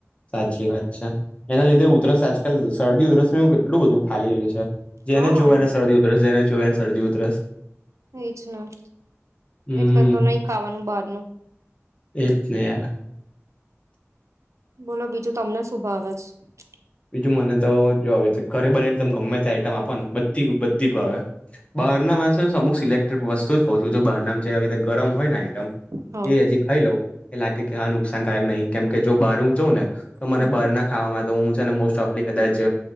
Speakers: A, on the left; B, on the right.
A: સાચી વાત છે એના લીધે ઉધરસ આજકાલ શરદી ઉધરસ કેટલું બધું ફાલી રહય છે જેને
B: હા
A: જો એને શરદી ઉધરસ જેને જો એને શરદી ઉરસ
B: એજ ના
A: હમ
B: એટલે તો નઈ ખાવાનું બહાર ન
A: એતને યાર
B: બોલો બીજું તમને શુ ભઆવે છે
A: બીજું મને તો જોવે ઘરે બનાને ત ગમે ત આઈટમ આપને બધી બધી ભાવે બહારનામાં અમુક સિલેક્ટડ વસ્તુ જ કઉ છું જો બારનામ છે આવી રીતે ગરમ હોય ને
B: હા
A: એ હજી ખાઈ લઉ એ લાગે કે હા નુકસાનકારાયક નહી કેમ કે જો બહાર હું જાઉં ને તો મને
B: હમ
A: બહાર ના ખાવાવામાં તો હું છે ને મોસ્ટ ઓફલી કદાચ